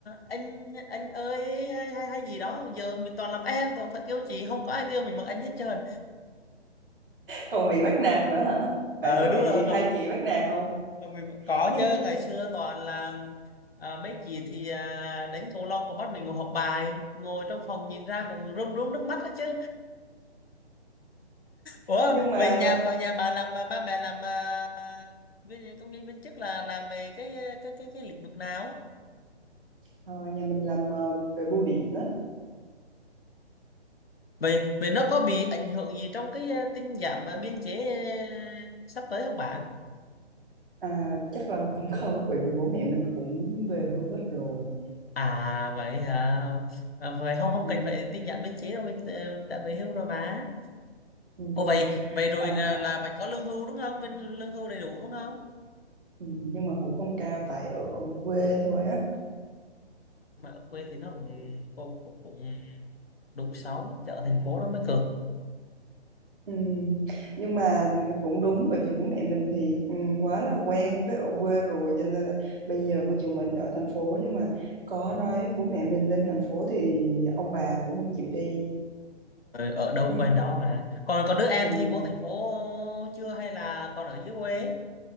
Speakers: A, on the left; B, on the right.
A: anh anh ơi hay hay hay gì đó giờ mình toàn làm em toàn phải kêu chị không có ai kêu mình bằng anh hết trơn
B: còn bị bắt nạt nữa hả
A: ờ
B: bạn có bị
A: đúng rồi
B: hai chị bắt nạt không
A: Còn mình có
B: nhưng
A: chứ ngày xưa toàn là à, mấy chị thì à, đánh cầu lông còn bắt mình ngồi học bài ngồi trong phòng nhìn ra còn rơm rớm nước mắt đó chứ ủa
B: nhưng mà
A: vậy nhà vào nhà bà làm à, ba mẹ làm à, viên- công nhân viên chức là làm về cái à, cái cái cái lĩnh vực nào
B: ờ, nhà mình làm ờ, về bưu điện á
A: vậy vậy nó có bị ảnh hưởng gì trong cái à, tinh giảm à, biên chế à, sắp tới không bạn
B: à, chắc là cũng không bởi vì bố mẹ mình cũng về hưu hết rồi
A: à vậy hả à, vậy không không
B: Ờ,
A: cần phải tinh giảm biên chế đâu mình ờ, đã về hưu rồi mà
B: ừ,
A: Ồ vậy vậy rồi
B: ờ,
A: là, là vẫn có lương hưu đúng không? Bên lương hưu đầy đủ đúng không?
B: ừ, nhưng mà cũng không cao tại ở quê thôi á
A: Mà ở quê thì nó cũng cũng, cũng, cũng đủ sống chứ ở thành phố nó mới cực.
B: Ừ, nhưng mà cũng đúng bởi vì bố mẹ mình thì ừ, quá là quen với ở quê rồi cho nên là bây giờ mặc dù mình ở thành phố nhưng mà có nói bố mẹ mình lên thành phố thì ông bà cũng không chịu đi
A: Ờ, Ở đâu
B: <laughs>
A: quen đó mà. Còn còn đứa em
B: ừ.
A: thì vô thành phố chưa hay là còn ở dưới quê?